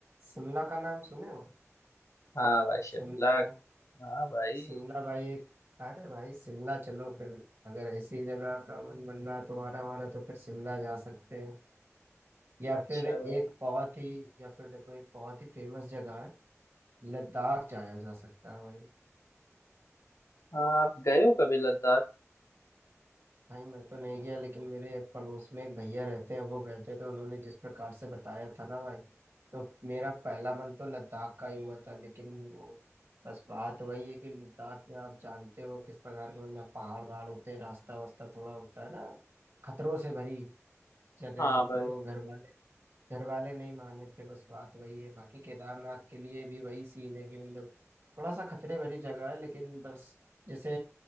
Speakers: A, on the right; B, on the left.
A: शिमला का नाम सुने हो
B: हाँ भाई शिमला
A: शिमला
B: हाँ भाई
A: शिमला भाई एक अरे भाई शिमला चलो फिर अगर ऐसी जगह का मन बन रहा है तुम्हारा हमारा तो फिर शिमला जा सकते हैं या
B: अच्छा
A: फिर एक
B: भाई।
A: बहुत ही या फिर देखो एक बहुत ही फेमस जगह है लद्दाख जाया जा सकता है भाई
B: हाँ आप गए हो कभी लद्दाख
A: भाई मैं तो नहीं गया लेकिन मेरे एक पड़ोस में एक भैया रहते हैं वो गए थे तो उन्होंने जिस प्रकार से बताया था ना भाई तो मेरा पहला मन तो लद्दाख का ही हुआ था लेकिन वो बस बात वही है कि लद्दाख में आप जानते हो किस प्रकार के मतलब पहाड़ वहाड़ होते हैं रास्ता वास्ता थोड़ा होता है ना खतरों से भरी जगह
B: हाँ
A: है तो
B: भाई
A: घर वाले घर वाले नहीं माने थे बस बात वही है बाकी केदारनाथ के लिए भी वही सीन है कि मतलब थोड़ा सा खतरे भरी जगह है लेकिन बस जैसे